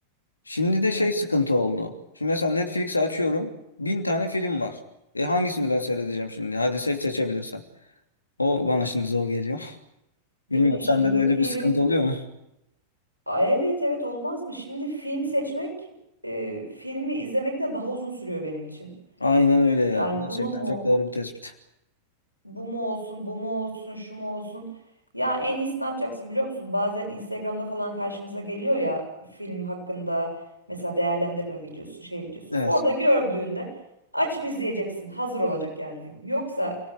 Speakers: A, on the left (about 80°); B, on the right (about 90°).
A: Şimdi de
B: Evet.
A: şey sıkıntı oldu. Şimdi mesela Netflix'i açıyorum. Bin tane film var. E hangisini ben seyredeceğim şimdi? Hadi seç seçebilirsen. O bana şimdi zor geliyor. <laughs>
B: Değil
A: Bilmiyorum
B: mi? Şimdi
A: sende de öyle
B: film
A: bir sıkıntı oluyor mu?
B: Aa, evet evet olmaz mı? Şimdi film seçmek e, filmi izlemekten daha uzun sürüyor benim için.
A: Aynen öyle ya.
B: Yani
A: Gerçekten
B: bunu mu
A: çok doğru bir tespit.
B: bu mu olsun, bu mu olsun, şu mu olsun. Ya en iyisi ne yapacaksın biliyor musun? Bazen Instagram'da falan karşımıza geliyor ya film hakkında mesela değerlendirme videosu, şey videosu.
A: Evet.
B: Orada gördüğünde açıp izleyeceksin. Hazır olacak yani film. Yoksa